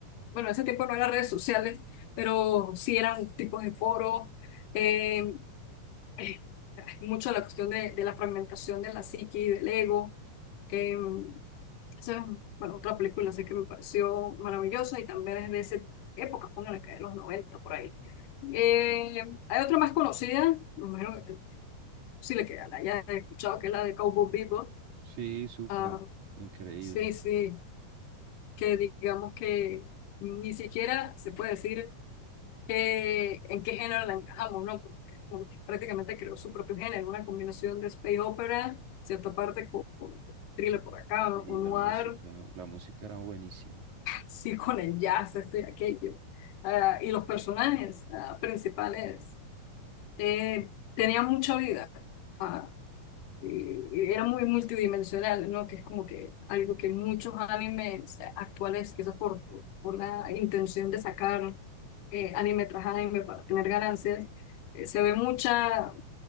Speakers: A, on the left (about 80°); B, on the right (about 60°).
A: bueno, ese tiempo no eran redes sociales, pero sí eran tipos de foros, eh, eh, mucho la cuestión de, de la fragmentación de la psique y del ego. eh, esa es, bueno, otra película así que me pareció maravillosa y también es de esa época, póngale que de los 90 por ahí. Eh, hay otra más conocida, me imagino que es posible que la hayas escuchado, que es la de Cowboy Bebop.
B: Sí, súper,
A: Ah,
B: increíble.
A: sí, sí, que digamos que ni siquiera se puede decir que- en qué género la encajamos, ¿no? Porque prácticamente creó su propio género, una combinación de space opera, cierta parte con, con thriller por acá,
B: Sí,
A: o noir,
B: la música, la música era buenísima.
A: sí con el jazz, esto y aquello. Ah, y los personajes ah, principales eh, tenían mucha vida. Ah, eh, era muy multidimensional, ¿no? Que es como que algo que muchos animes actuales, quizás por, por, por la intención de sacar eh, anime tras anime para tener ganancias, eh, se ve mucha,